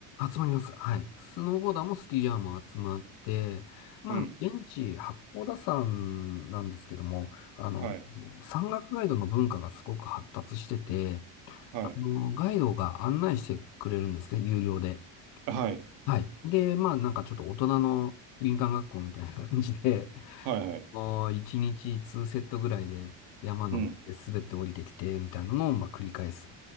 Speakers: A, on the left; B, on the right.
A: 集まります。はい。スノーボーダーもスキーヤーも集まって、まあ、
B: うん。
A: あの現地、八甲田山なんですけども、あの、
B: はい。
A: 山岳ガイドの文化がすごく発達してて、
B: はい。
A: あの、ガイドが案内してくれるんですね、有料で。
B: はい。
A: はい。で、まあなんかちょっと大人の林間学校みたいな感じで、
B: はい。はい。
A: もう1日2セットぐらいで山の滑って降りてきてみたいなのをまあ繰り返すっ
B: うん。